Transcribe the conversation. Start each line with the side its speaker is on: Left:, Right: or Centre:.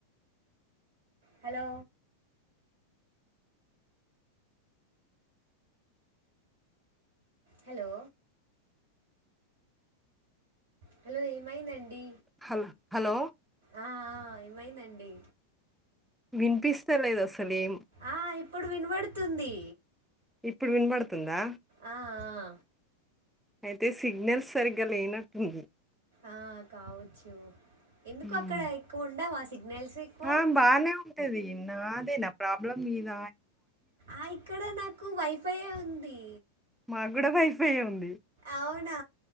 Right: hello. హలో. హలో ఏం మైందండి
Centre: హలో హలో
Right: ఆ ఆ ఏం మైందండి.
Centre: వినిపిస్త లేదు అసలు. ఏం
Right: ఆ ఇప్పుడు వినబడు తుంది
Centre: ఇప్పుడు వినపడుతుందా.
Right: ఆ ఆ.
Centre: అయితే సిగ్నల్స్ సరిగ్గా లేనట్టుంది.
Right: ఆ కావచ్చు ఎందుకొ
Centre: మ్మ్.
Right: అక్కడ ఎక్కువ ఉండవ అసలు. నెల్సిక్వ్
Centre: ఆ, బానే ఉంటది నాదేన ప్రాబ్లం మీద
Right: ఆ ఇక్కడ నాకు వైఫై ఏ ఉంది
Centre: మాక్కూడా వైఫై ఉంది
Right: అవునా